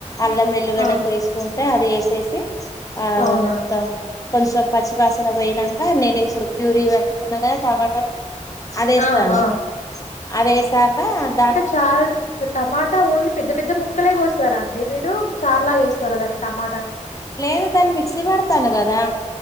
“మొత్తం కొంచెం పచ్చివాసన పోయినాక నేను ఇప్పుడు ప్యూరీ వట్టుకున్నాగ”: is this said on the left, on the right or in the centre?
Left